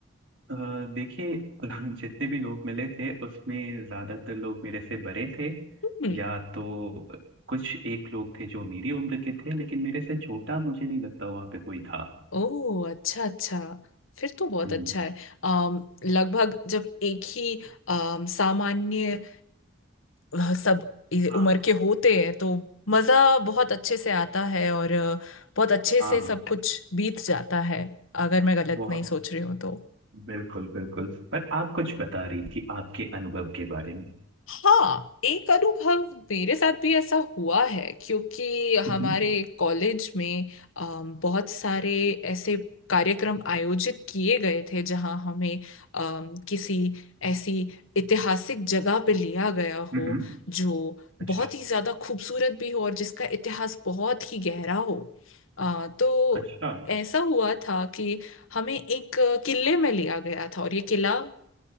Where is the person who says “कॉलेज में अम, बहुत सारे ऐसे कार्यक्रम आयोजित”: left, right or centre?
Left